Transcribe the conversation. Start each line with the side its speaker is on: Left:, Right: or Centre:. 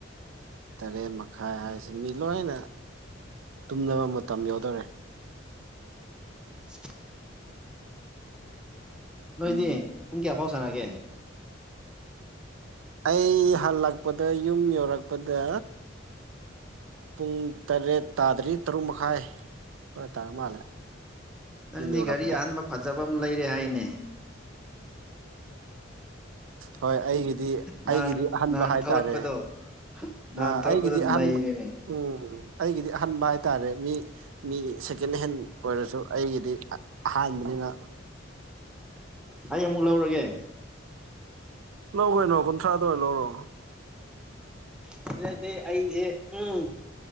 Right: ꯇꯔꯦꯠ ꯃꯈꯥꯏ ꯍꯥꯏꯁꯤ ꯃꯤ ꯂꯣꯏꯅ ꯇꯨꯝꯅꯕ ꯃꯇꯝ ꯌꯧꯗꯧꯔꯦ
Centre: <inaudible> ꯅꯣꯏꯗꯤ ꯄꯨꯡ ꯀꯌꯥꯐꯥꯎ ꯁꯥꯟꯅꯒꯦ
Right: ꯑꯩ ꯍꯜꯂꯛꯄꯗ ꯌꯨꯝ ꯌꯧꯔꯛꯄꯗ ꯄꯨꯡ ꯇꯔꯦꯠ ꯇꯥꯗ꯭ꯔꯤ ꯇꯔꯨꯛ ꯃꯈꯥꯏ ꯑꯗꯋꯥꯏ ꯇꯥꯔ ꯃꯥꯜꯂꯦ
Centre: ꯅꯪꯗꯤ
Right: ꯌꯨꯝ ꯌꯧꯔꯛꯄꯗ
Centre: ꯒꯥꯔꯤ ꯑꯍꯥꯟꯕ ꯐꯖꯕ ꯑꯃ ꯂꯩꯔꯦ ꯍꯥꯏꯅꯦ
Right: ꯍꯣꯏ ꯑꯩꯒꯤꯗꯤ
Centre: ꯅꯍꯥꯟ
Right: ꯑꯩꯒꯤꯗꯤ ꯑꯍꯟꯕ
Centre: ꯅꯍꯥꯟ
Right: ꯍꯥꯏꯇꯥꯔꯦ
Centre: ꯊꯧꯔꯛꯄꯗꯣ ꯅꯍꯥꯟ
Right: ꯑꯥ
Centre: ꯊꯧꯔꯛꯗꫭ
Right: ꯑꯩꯒꯤꯗꯤ ꯑꯍꯥꯟꯕ
Centre: ꯅꯩꯔꯦꯅꯦ
Right: ꯎꯝ ꯑꯩꯒꯤꯗꯤ ꯑꯍꯟꯕ ꯍꯥꯏꯇꯥꯔꯦ ꯃꯤ ꯃꯤꯒꯤ ꯁꯦꯀꯦꯟꯍꯦꯟ ꯑꯣꯏꯔꯁꯨ ꯑꯩꯒꯤꯗꯤ ꯑꯍꯥꯟꯕꯅꯤꯅ
Centre: ꯑꯩ ꯑꯃꯨꯛ ꯂꯧꯔꯒꯦ
Right: ꯂꯧ ꯀꯣꯏꯩꯅꯣ ꯀꯨꯟꯊ꯭ꯔꯥꯗ ꯑꯣꯏꯅ ꯂꯧꯔꯣ
Centre: ꯍꯟꯗꯛꯇꯤ ꯑꯩꯖꯦ ꯎꯝ